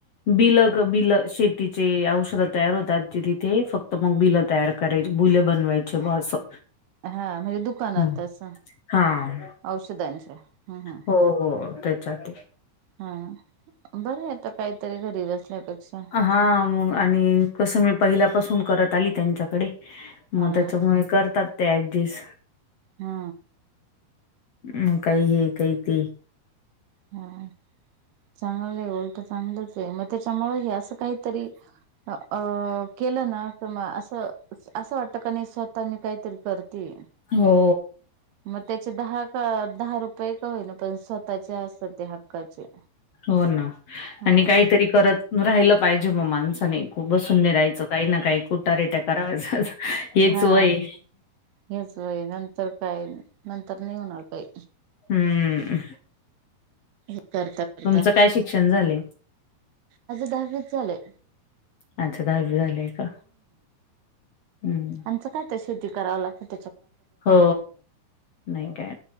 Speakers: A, on the left (about 50°); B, on the right (about 80°).
A: बिलं ग बिलं, शेतीचे औषधं तयार होतात जे तिथे फक्त तर मग बिलं तयार करायची, बुले बनवायचे ब असं.
B: हा म्हणजे दुकानात
A: हा
B: असं,
A: हा
B: औषधांच्या. ह ह
A: हो हो त्याच्यातय.
B: हा, बरय आता काहीतरी घरी बसल्यापेक्षा
A: हा, मग आणि कसं मी पहिल्यापासून करत आली त्यांच्याकडे. मग
B: हा
A: त्याच्यामुळे करतात ते ऍडजेस्ट.
B: हा.
A: मग काही हे काही ते.
B: हा चांगलंय उलटं चांगलंच आहे, मग त्याच्यामुळे हे असं काहीतरी अ केलं ना, क मग असं असं वाटतं का नाही स्वतः मी काहीतरी करतेय..
A: हो.
B: मग त्याचे दहा दहा रुपये का होई ना पण स्वतःचे असतात ते हक्काचे.
A: हो ना
B: हा
A: आणि काहीतरी
B: असं
A: करत राहिलं पाहिजे मग माणसाने बसुन नाही राहायचं. काही ना काही कुठ रेट्या करावच हेच
B: हा
A: वय.
B: हेच वय नंतर काय नंतर नाही होणार काही,
A: हम्म
B: <inaudible> करता करता.
A: तुमचं काय शिक्षण झालंय
B: आज दहावीज झालंय.
A: अच्छा दहावी झालंय का? हम्
B: त्यांच काय ते शेती करावं लागत.
A: हो नाही काय,